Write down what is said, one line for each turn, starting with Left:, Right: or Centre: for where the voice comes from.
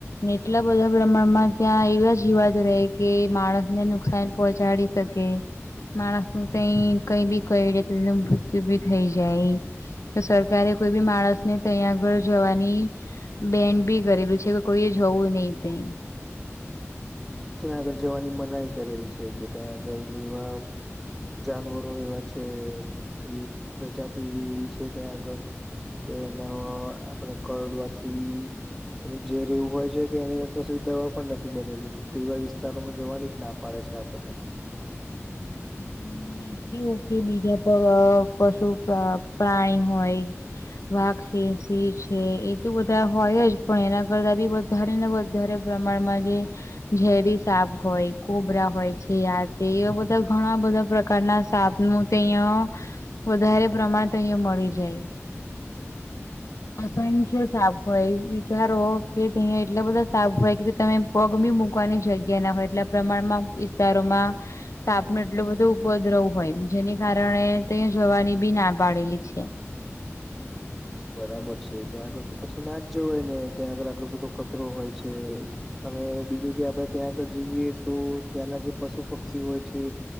Left: એટલા બધા પ્રમાણમાં ત્યાં એવા જીવાદ રહે કે માણસ ને નુકસાન પહોંચાડી કે માણસ નું ક કઈ બી કઈડે તો એનું મૃત્યુ બી થઈ જાય. તો સરકારે કોઈ બી માણસ ને તહીંયા આગળ જવાની બેન્ડ બી કરેલું છે કે કોઈએ જવું નહી તઇ
Centre: ત્યાં આગળ જવાની મનાઈ કરેલી છે કે ત્યાં આગળ એવા જાનવરો એવા છે એવી પ્રજાતિ એવી એવી છે ત્યાં આગળ-' તો એના આપડ કરડવાથી એનું ઝેર એવું હોય છે કે એની અતાર સુધી દવા પણ નથી બનેલી. તે એવા વિસ્તારોમાં જવાની જ ના પાડે છે આપણને
Left: <unintelligible> ઈ કયો કે બીજા પશુ પ્રાણી હોય વાઘ છે સિં છે એ તો બધા હોયજ પણ એના કરતા બી બધ વધારીને વધારે પ્રમાણમાં જે ઝેરી સાપ હોય કોબરા હોય છે. એ બધા ઘણા બધા પ્રકારના સાપ નું તે અહં- વધારે પ્રમાણ તો અહીયા મળી જા.
Centre: <inaudible>
Left: અસંખ્ય સાપ હોય વિચારો કે અહીંયા એટલા બધા સાપ હોય કે તમે પગભી મૂકવાની જગ્યા ના હોય એટલા પ્રમાણમાં વિસ્તારોમાં
Centre: <inaudible>
Left: સાાપ ન એટલો બધો ઉપદ્રવ હોય જેને કારણે તહીંયા જોવાની બી ના પાડેલી છે.
Centre: બરાબર છે ત્યાં આગળ તો પછી ના જ જવાય ને ત્યાં આગળર આટલો બધો ખતરો હોય છે. અને બીજું કે આપણે ત્યાં આગળ જઈએ તો ત્યાંના જે પશુ પક્ષી હોય છે.